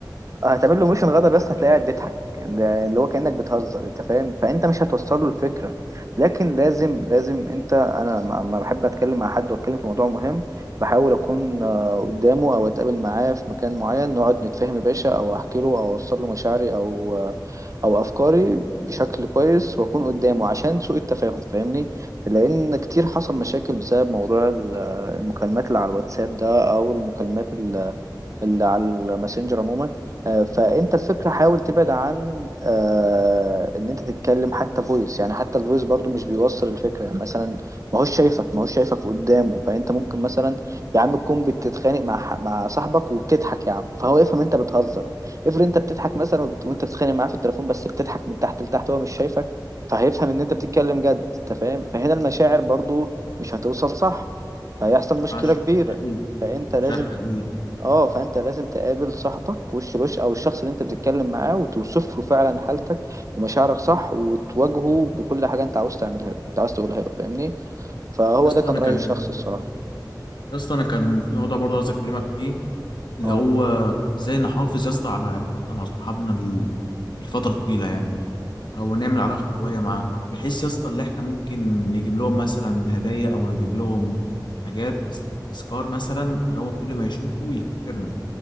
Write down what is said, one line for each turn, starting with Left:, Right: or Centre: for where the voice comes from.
Right: هتعمل له ميشن غضب بس هتلاقيه قاعد بيضحك يعني ده اللي هو كأنك بتهزر انت فاهم فانت مش هتوصل له الفكره لكن لازم لازم انت انا لما لما بحب اتكلم مع حد واتكلم في موضوع مهم بحاول اكون آه، قدامه او اتقابل معاه في مكان معين نقعد نتفاهم يا باشا او احكي له او اوصل له مشاعري او آه، او افكاري بشكل كويس واكون قدامه عشان سوء التفاهم فاهمني لان كتير حصل مشاكل بسبب موضوع ال- آه، المكالمات اللي على الواتساب ده او المكالمات اللي على الماسنجر عموما آه، فانت الفكره حاول تبعد عن آه، ان انت تتكلم حتى فويس يعني حتى الفويس برضو مش بيوصل الفكره يعني مثلا ما هوش شايفك ما هوش شايفك قدامه فانت ممكن مثلا يا عم تكون بتتخانق مع ح- مع صاحبك وبتضحك يا عم فهو يفهم انت بتهزر افرض انت بتضحك مثلا وبت- وانت بتتخانق معاه في التليفون بس بتضحك من تحت لتحت هو مش شايفك فهيفهم ان انت بتتكلم جد انت فاهم فهنا المشاعر برضو مش هتوصل صح فهيحصل
Left: مش ينفعش
Right: مشكله كبيره
Left: حقيقي،
Right: فانت لازم
Left: جرح حقيقي
Right: اه فانت لازم تقابل صاحبك وش لوش او الشخص اللي انت بتتكلم معاه وتوصف له فعلا حالتك ومشاعرك صح وتواجهه بكل حاجه انت عاوز تعملها له انت عاوز تقولها له فاهمني فهو
Left: يا اسطى
Right: ده كان
Left: انا
Right: راي
Left: كان
Right: الشخص الصراحه
Left: يا اسطى انا كان في موضوع برضه عاوز اكلمك فيه اللي
Right: اه
Left: هو ازاي نحافظ يا اسطى على علاقتنا مع صحابنا ال- لفتره طويله يعني او نعمل علاقه قويه معاهم بحيث يا اسطى اللي احنا ممكن نجيب لهم مثلا هدايا او نجيب لهم حاجات تس- تذكار مثلا ده هو كل ما يشوفه يفتكرنا